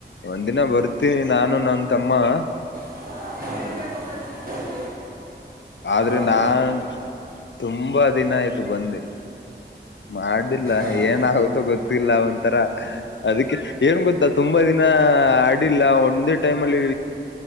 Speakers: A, on the left; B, on the right.
A: ಒಂದ್ ದಿನ ಬರ್ತಿ ನಾನು ನನ್ ತಮ್ಮ <unintelligible>
B: <unintelligible>
A: ಅದ್ರೆ
B: ಬಾಬೆ
A: ನಾನ್ <inaudible> ತುಂಬಾ ದಿನ ಆಯ್ತು ಬಂದಿ ಮಾಡಿಲ್ಲ
B: ಆಡಿ
A: ಏನ ಆಗುತ್ತೋ ಗೊತ್ತ ಗೋತಿಲ್ಲ ಒಂಥರ ಅದಕ್ಕೆ ಏನ್ ಗೊತ್ತಾ ತುಂಬಾ ದಿನ ಆಡಿಲ್ಲ ಒಂದೇ ಟೈಮ್ ಅಲ್ಲಿ